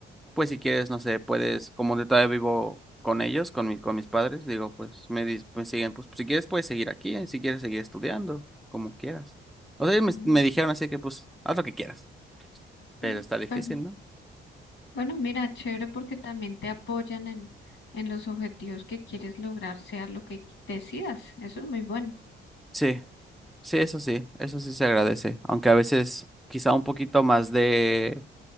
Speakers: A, in the centre; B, on the left.
A: Pues si quieres, no sé, puedes, como de todavía vivo con ellos, con mi, con mis padres, digo, pues me dis- pues, siguen, pues si quieres puedes seguir aquí, eh, si quieres seguir estudiando, como quieras. O sea, ellos
B: Mm,
A: me, me dijeron así que pues haz lo que quieras, pero
B: mm,
A: está difícil,
B: bueno.
A: ¿no?
B: Bueno, mira, chévere porque también te apoyan en, en los objetivos que quieres lograr, sea lo que qui- decidas. Eso es muy bueno,
A: Sí, sí, eso sí, eso sí se agradece, aunque a veces quizá un poquito más de,